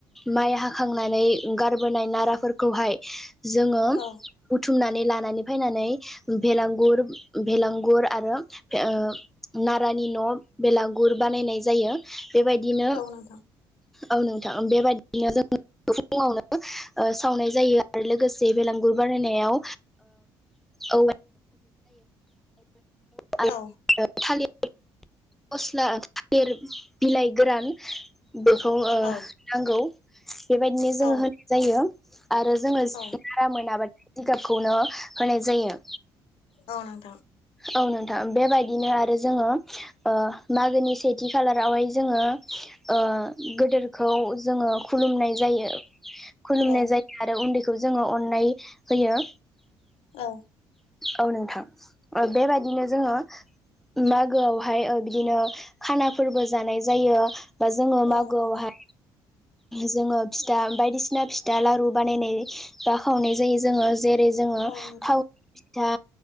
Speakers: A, in the centre; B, on the left.
A: माइ हाखांनानै गारबोनाय नाराफोरखौहाय जोङो
B: औ
A: बुथुमनानै लानानै फायनानै भेलांगुर भेलांगुर आरो ओ नारानि न' बेलागुर बानायनाय जायो बेबायदिनो
B: औ नोंथां
A: औ नोंथां बेबायदिनो जों <unintelligible> ओ सावनाय जायो आरो लोगोसे बेलांगुर बानायनायाव ओ <unintelligible>
B: औ
A: ओ थालि फस्ला थालिर बिलाइ गोरान बेखौ ओ
B: औ
A: नांगौ बेबायदिनो
B: औ
A: जोङो होनाय जायो आरो जोङो
B: औ
A: <inaudible> रा मोनाबादि जिगापखौनो होनाय जायो।
B: औ नोंथां।
A: औ नोंथां बेबायदिनो आरो जोङो ओ मागोनि सेथि खालारावहाय जोङो ओ गोदोरखौ जोङो खुलुमनाय जायो खुलुमनाय
B: औ
A: जाय आरो उन्दैखौ जोङो अन्नाय होयो।
B: औ
A: औ नोंथां ओ बेबायदिनो जोङो मागोआव हाय ओ बिदिनो खानाफोरबो जानाय जायो बा जोङो
B: औ
A: मागोआवहाय
B: नोंथां
A: जोङो फिथा बायदिसिना फिथा लारु बानायनाय बा खावनाय जायो जोङो जेर- जोङो
B: औ नोंथां
A: थावनि फिथा